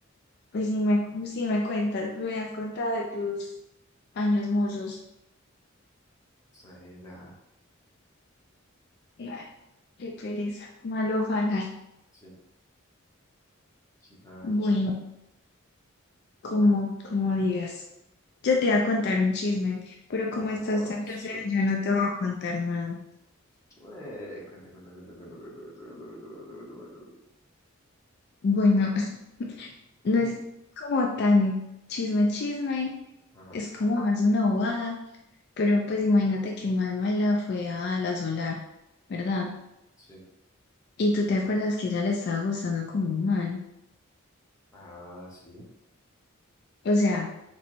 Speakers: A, on the left; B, on the left.
A: Pues sí me, sí me cuentas, me has contado de tus años mozos.
B: exagerada.
A: Ay, qué pereza, malo falar.
B: Sí, chita.
A: Bueno, como, como digas. Yo te iba a contar un chisme, pero como
B: Ojo,
A: estás
B: jodas.
A: tan grosero, yo no te voy a contar nada.
B: Eh, cuenta, cuenta, cuenta, cuenta, cuenta, cuenta, cuenta, cuenta, cuenta, cuenta, cuenta.
A: Bueno, <laughs> no
B: Mm,
A: es como tan chisme, chisme,
B: Ajá,
A: es como más una bobada, pero pues imagínate que Manuela fue a la Solar, ¿verdad?
B: sí.
A: Y tú te acuerdas que ella le estaba gustando como un man.
B: Ah, sí.
A: O sea,